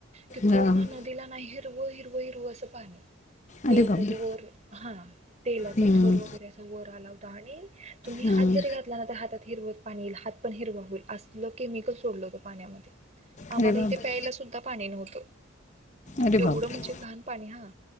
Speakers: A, on the right; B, on the left.
A: की पूर्ण
B: हां
A: नदीला ना असं हिरवं हिरव हिरवं असं पाणी तेलकट
B: अरे बापरे
A: वर हा तेलाचा
B: हं,
A: थर वगैरे असं वर आला होता आणि तुम्ही
B: हं.
A: हात जरी घातला ना तर हातात हिरवत पाणी येईल हात पण हिरवा होईल असलं केमिकल सोडलं होतं पाण्यामध्ये आम्हाला
B: अरे बापरे
A: इथे प्यायला सुद्धा पाणी नव्हतं
B: अरे
A: एवढं
B: बापरे
A: म्हणजे घाण पाणी हा